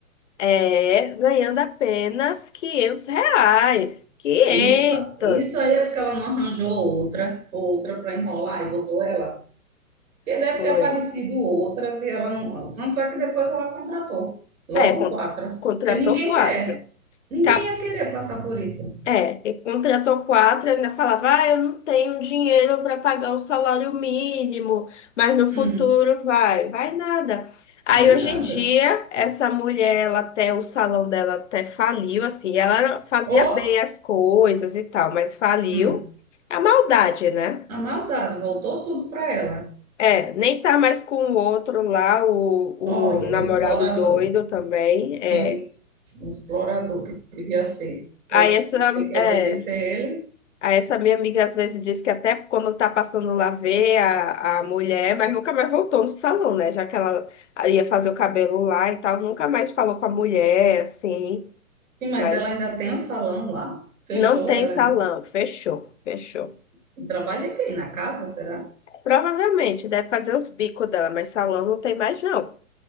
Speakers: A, on the left; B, on the right.
A: é, ganhando apenas 500 reais. quinhentos
B: Isso, isso aí é porque ela não arranjou outra, outra para enrolar e botou ela. Porque deve
A: Foi.
B: ter aparecido outra e ela não. Tanto é que depois ela contratou. Logo
A: É, con-
B: quatro.
A: contratou
B: Porque ninguém
A: quatro.
B: quer. Ninguém
A: Tá
B: ia querer passar por isso.
A: É, e contratou quatro, ainda falava, ah, eu não tenho dinheiro para pagar o salário mínimo, mas no futuro
B: Hum,
A: vai, vai nada. Aí
B: não é
A: hoje
B: nada.
A: em dia, essa mulher, ela até, o salão dela até faliu, assim, ela era- fazia
B: Ó,
A: bem as coisas e tal, mas faliu
B: hum,
A: a maldade, né?
B: a maldade voltou tudo para ela.
A: É, nem tá mais com o outro lá, o,
B: Olha,
A: o namorado
B: o explorador.
A: doido também,
B: Sim,
A: é.
B: um explorador que devia ser. Para
A: Aí essa,
B: ter que
A: é,
B: obedecer ele.
A: Aí essa minha amiga às vezes diz que até quando tá passando lá vê a, a mulher, mas nunca mais voltou no salão, né? Já que ela ia fazer o cabelo lá e tal, nunca mais falou com a mulher, assim.
B: Sim, mas
A: Mas
B: ela ainda tem o salão lá. Fechou,
A: não tem
B: ela
A: salão,
B: ainda.
A: fechou, fechou.
B: Quem Trabalha em quem? Na casa, será?
A: Provavelmente deve fazer os bicos dela, mas salão não tem mais não.